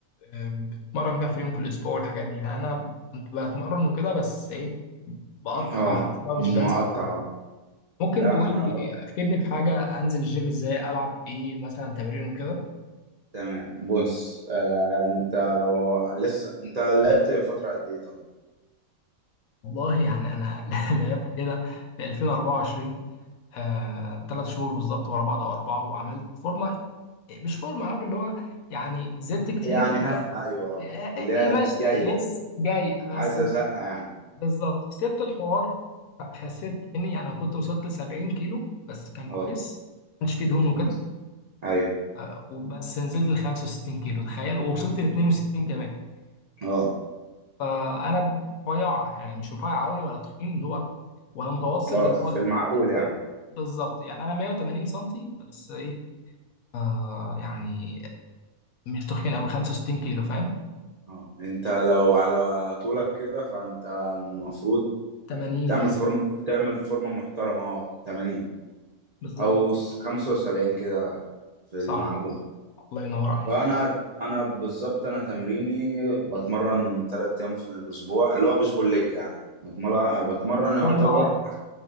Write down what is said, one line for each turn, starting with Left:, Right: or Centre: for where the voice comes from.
Left: بتمرن كام في اليوم في الاسبوع والحاجات دي يعني انا كنت بتمرن وكده بس ايه بقطع
Right: أه
Left: عشان
Right: مقطع
Left: مش بنزل كتير
Right: أه
Left: ممكن
Right: لا
Left: تقولي
Right: أنا ب...
Left: فيدني بحاجه انزل الجيم ازاي العب ايه مثلا تمارين وكده
Right: تمام بص آه أنت لو لسه أنت لعبت فترة قد إيه طيب؟
Left: والله يعني انا <laughs> لعبت كده في 2024 آه، ثلاث شهور بالظبط ورا بعض او اربعه وعملت فورمه مش فورمه عارف اللي هو يعني زدت كتير
Right: يعني
Left: آه،
Right: ها أيوه أه
Left: آه، آه،
Right: اللي هي
Left: ايه
Right: الجاية
Left: ماشي لسه
Right: يعني
Left: جاي بس
Right: عايزة زقة يعني
Left: بالظبط سبت الحوار خسيت اني يعني أنا كنت وصلت ل 70 كيلو بس كان
Right: أه
Left: كويس ما كانش فيه دهون وكده
Right: م. أيوه
Left: آه، وبس نزلت ل 65 كيلو تخيل ووصلت ل 62 كمان
Right: أه
Left: فانا رفيع يعني مش رفيع قوي ولا تخين اللي هو ولا متوسط
Right: أه
Left: اللي
Right: في
Left: هو
Right: المعقول يعني
Left: بالظبط يعني انا 180 سنتي بس ايه آه يعني مش تخين قوي 65 كيلو فاهم
Right: اه انت لو على طولك كده فانت المفروض
Left: 80
Right: تعمل
Left: مثلا
Right: فورم تعمل فورمة محترمة اه 80
Left: بالظبط
Right: او س- 75 كده في
Left: صح
Right: المعقول
Left: الله ينور عليك
Right: فانا انا بالظبط انا تمريني بتمرن ثلاث ايام في الاسبوع اللي هو بوش بول ليج يعني بتمرن بتمرن يعتبر
Left: كل عضله